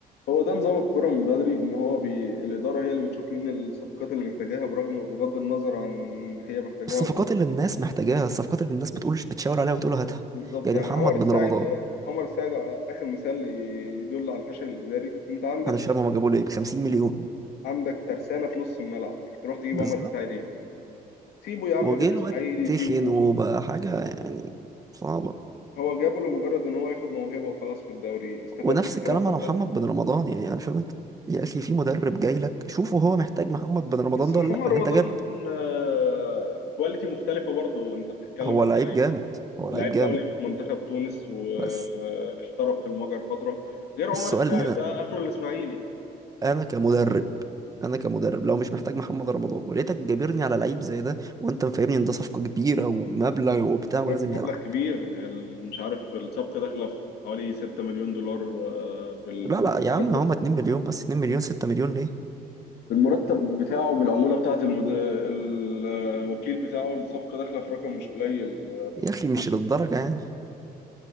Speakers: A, on the left; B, on the right.
A: هو ده نظام الكوره من بدري ان هو بي... الاداره هي اللي بتشوف مين الصفقات اللي محتاجاها برغم بغض النظر عن هي محتاجاها
B: الصفقات
A: ولا لا
B: اللي الناس محتاجاها الصفقات اللي الناس بتقولش بتشاور عليها وتقول هاتها
A: بالظبط
B: يعني
A: يعني
B: محمد
A: عمر الساعي
B: بن رمضان
A: ده عمر الساعي ده اخر مثال يدل على الفشل الاداري انت عندك
B: أنا مش فاهم هما جابوه ليه ب 50 مليون
A: عندك ترسانه في نص الملعب تروح تجيب
B: بالظبط
A: عمر الساعي ليه سيبه يا عم
B: وجه
A: في الاسماعيلي
B: الواد تخن
A: سيبه
B: وبقى حاجة يعني صعبة
A: هو جابه لمجرد ان هو ياخد موهبه وخلاص في الدوري استفاد
B: ونفس
A: بيها
B: الكلام
A: ما استفاد
B: على محمد بن رمضان يعني أنا مش فاهم أنت يا أخي في مدرب جاي لك شوفه هو محتاج محمد بن رمضان
A: بس
B: ده
A: محمد
B: ولا لأ يعني
A: رمضان
B: أنت جاب
A: آه، كواليتي مختلفة برضه انت بتتكلم
B: هو
A: على
B: لعيب جامد هو لعيب
A: لعيب
B: جامد
A: دولي في منتخب تونس واحترف
B: بس
A: في المجر فترة غير عمر
B: السؤال
A: الساعي
B: هنا
A: ده اخره الاسماعيلي
B: أنا كمدرب أنا كمدرب لو مش محتاج محمد رمضان ولقيتك جابرني على لعيب زي ده وأنت مفهمني إن ده صفقة كبيرة ومبلغ وبتاع ولازم
A: جاب مبلغ
B: يلعب
A: كبير ال- مش عارف الصفقة داخلة في حوالي 6 مليون دولار آه، بالمرتب
B: لا لا يا عم هما 2 مليون بس 2 مليون 6 مليون ليه؟
A: بالمرتب بتاعه بالعمولة بتاعة المد... الوكيل بتاعه الصفقة داخلة في رقم مش قليل
B: يا أخي مش للدرجة يعني